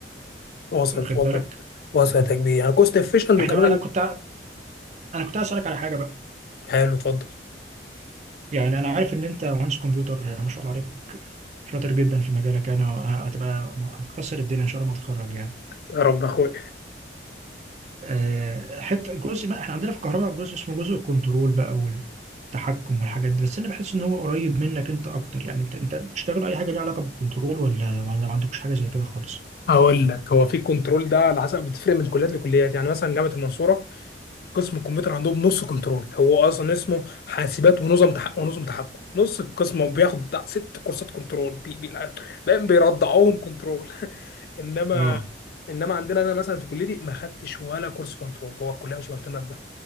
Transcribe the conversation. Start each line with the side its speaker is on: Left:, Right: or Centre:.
Left: وصلت
Right: واخد
Left: وصلت
Right: بالك
Left: وصلت يا كبير يعني كوست افيشنت
Right: احنا
Left: وكمان
Right: بقى انا كنت ع- انا كنت هسألك على حاجة بقى
Left: حلو اتفضل
Right: يعني انا عارف ان انت مهندس كمبيوتر يعني ما شاء الله عليك شاطر جدا في مجالك يعني وه- هتبقى هتكسر الدنيا ان شاء الله ما تخرج يعني
Left: يا رب اخويا
Right: آه، حته جزء ما احنا عندنا في الكهرباء جزء اسمه جزء الكنترول بقى والتحكم والحاجات دي بس انا بحس ان هو قريب منك انت اكتر يعني انت انت بتشتغل اي حاجه ليها علاقه بالكنترول ولا ولا ما عندكش حاجه زي كده خالص
Left: هقول لك هو في كنترول ده على حسب بتفرق من كليات لكليات يعني مثلا جامعه المنصوره قسم الكمبيوتر عندهم نص كنترول هو اصلا اسمه حاسبات ونظم تحكم ونظم تحكم نص القسم وبياخد بتاع ست كورسات كنترول بي بي بقى بيرضعوهم كنترول انما
Right: اه
Left: انما عندنا انا مثلا في كليتي ما خدتش ولا كورس كنترول هو الكليه مش مهتمه بده